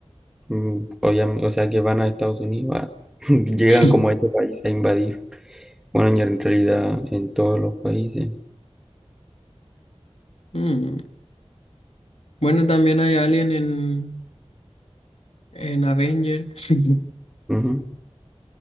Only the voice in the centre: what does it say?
mm, obviam- o sea, que van a Estados Unidos, a- <laughs> llegan
como a este país a invadir. Bueno, y en realidad en todos los países.
Ujú.